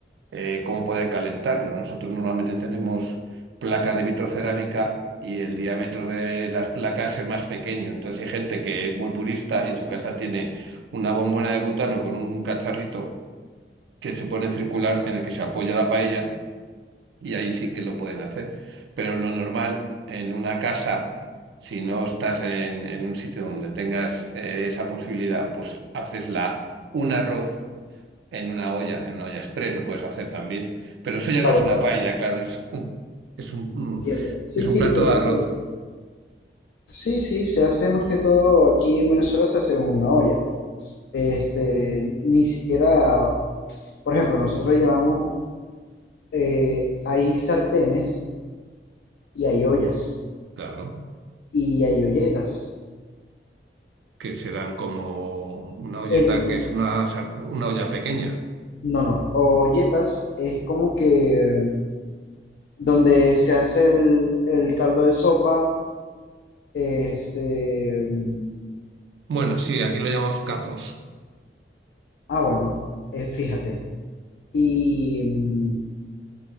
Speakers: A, on the right; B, on the left.
A: eh, cómo poder calentarlo. Nosotros normalmente tenemos placas de vitrocerámica y el diámetro de las placas es más pequeño. Entonces hay gente que es muy purista y en su casa tiene una bombona de butano con un cacharrito que se pone circular en el que se apoya la paella y ahí sí que lo pueden hacer. Pero lo normal en una casa, si no estás en, en un sitio donde tengas eh, esa posibilidad, pues haces la, un arroz en una olla, en una olla express lo puedes hacer también. Pero eso ya
B: claro,
A: no es una
B: claro,
A: paella, claro, es un, es un, mm,
B: entiendo. Sí,
A: es
B: sí,
A: un plato
B: este,
A: de arroz,
B: sí, sí, se hace más que todo aquí en Venezuela se hace en una olla. Este, ni siquiera, por ejemplo, nosotros le llamamos eh, hay sartenes y hay ollas
A: claro,
B: y hay olletas.
A: que serán como una olleta
B: En donde,
A: que es una, sar- una olla pequeña.
B: no, no, olletas es como que donde se hace el, el caldo de sopa, este, mm,
A: Bueno, sí, aquí lo llamamos cazos.
B: ah, bueno, eh, fíjate. Y mm,